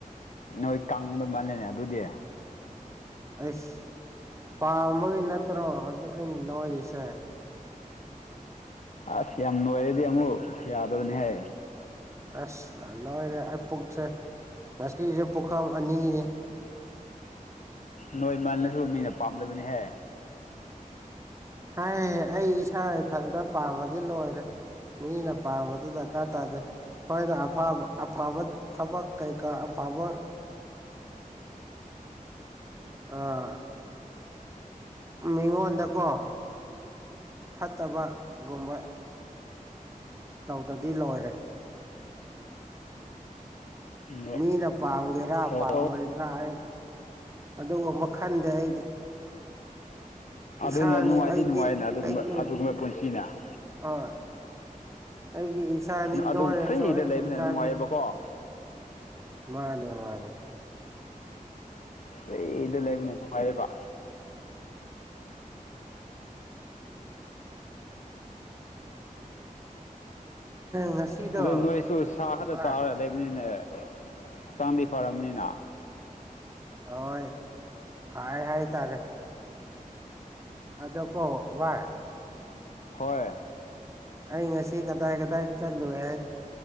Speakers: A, on the left (about 60°); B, on the right (about 20°).
A: ꯅꯣꯏ ꯀꯪꯕꯩ ꯃꯥꯜꯂꯦꯅꯦ ꯑꯗꯨꯗꯤ
B: ꯑꯁ ꯄꯥꯝꯕꯒꯤ ꯅꯠꯇ꯭ꯔꯣ ꯍꯧꯖꯤꯛ ꯑꯩꯅ ꯅꯣꯏꯔꯤꯁꯦ
A: ꯑꯁ ꯌꯥꯝ ꯅꯨꯡꯉꯥꯏꯔꯗꯤ ꯑꯃꯨꯛ ꯌꯥꯗꯕꯅꯤꯍ
B: ꯑꯁ ꯑꯅ ꯃꯔ ꯑꯩ ꯄꯨꯛꯁꯦ ꯉꯁꯤꯁꯦ ꯄꯨꯈꯝ ꯑꯅꯤꯅꯤ
A: ꯅꯣꯏꯃꯜꯂꯁꯨ ꯃꯤꯅ ꯄꯥꯝꯗꯕꯅꯤꯍꯦ
B: ꯍꯥꯏ ꯑꯩ ꯏꯁꯥ ꯏꯊꯟꯇ ꯄꯥꯝꯃꯗꯤ ꯂꯣꯏꯔꯦ ꯃꯤꯂ ꯄ ꯃꯗꯨꯗ ꯀꯥ ꯇꯗ ꯍꯈꯣꯏꯅ ꯑꯐꯕ ꯑꯐꯕ ꯊꯕꯛ ꯀꯩꯀꯥ ꯑꯐꯕ
A: <unintelligible>
B: ꯑ ꯃꯤꯉꯣꯟꯗꯀꯣ ꯐꯠꯇꯕꯒꯨꯝꯕ ꯇꯧꯗꯗꯤ ꯂꯣꯏꯔꯦ
A: ꯅꯣꯏ
B: ꯃꯤꯅ ꯄꯥꯝꯒꯦꯔꯥ
A: ꯑꯣ
B: ꯄꯥꯝꯃꯣꯏꯗ꯭ꯔꯥ ꯑꯩ ꯑꯗꯨꯒ ꯃꯈꯟꯗꯤ ꯑꯩꯗꯤ
A: ꯑꯗꯨꯅ
B: ꯏꯁꯥꯅꯤ
A: ꯅꯨꯡꯉꯥꯏꯗꯤ
B: ꯑꯩꯒꯤ
A: ꯅꯨꯡꯉꯥꯏꯅ ꯑꯗꯨꯒꯨꯝꯕ
B: ꯑꯩꯒꯤ
A: ꯑꯗꯨꯒꯨꯝꯕ ꯄꯨꯟꯁꯤꯅ
B: ꯑ ꯑꯩꯒꯤ ꯏꯁꯥꯅꯤ
A: ꯑꯗꯨꯝ
B: ꯅꯣꯔꯅꯦꯁꯨ
A: ꯐ꯭ꯔꯤꯗ
B: ꯑꯩꯒꯤ
A: ꯂꯩꯕꯅ
B: ꯏꯁꯥꯅꯤ
A: ꯅꯨꯡꯉꯥꯏꯌꯦꯕꯀꯣ
B: ꯃꯥꯅꯦꯦ ꯃꯥꯗ
A: ꯑꯩꯗ ꯂꯩꯕꯅꯦ ꯅꯨꯡꯉꯥꯏꯕ
B: ꯉꯁꯤꯗꯣ
A: ꯑꯗꯨ ꯅꯣꯏꯁꯨ ꯁꯥ ꯈꯛꯇ
B: ꯚꯥꯏ
A: ꯆꯥꯔ ꯂꯩꯕꯅꯤꯅꯦ ꯍꯛꯆꯥꯡꯗꯤ ꯐꯔꯕꯅꯤꯅ
B: ꯍꯣꯏ ꯍꯥꯏ ꯍꯥꯏꯥꯏ ꯇꯥꯔꯦ ꯑꯗꯣ ꯀꯣ ꯋꯥꯏ
A: ꯍꯣꯏ
B: ꯑꯩ ꯉꯁꯤ ꯀꯗꯥꯏ ꯀꯗꯥꯏ ꯆꯠꯂꯨꯦ ꯍꯥꯏ